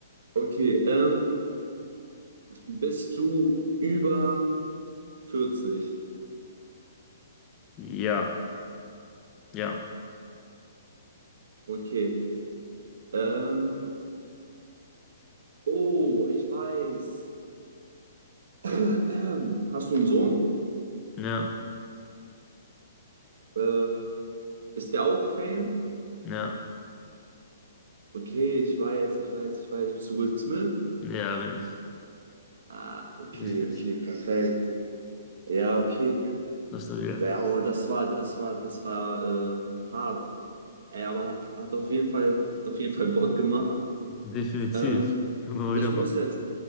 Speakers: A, on the right; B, on the left.
A: Okay, ähm, Bist du über 40?
B: Ja, ja,
A: Okay. Ähm, oh, ich weiß. <clears throat> Hast du einen Sohn?
B: ja,
A: Äh, ist der auch Fame?
B: ja,
A: Okay, ich weiß, ich weiß, ich weiß. Bist du Will Smith?
B: ja, bin ich.
A: Ah, okay,
B: Richtig.
A: okay, perfekt. Ja, okay.
B: Das ist stabil.
A: Ja, aber das war, das war, das war äh, hart. Ey, aber hat, hat auf jeden Fall, hat auf jeden Fall Bock gemacht.
B: Definitiv.
A: Ähm,
B: Können wir mal
A: ich
B: wieder machen.
A: muss jetzt,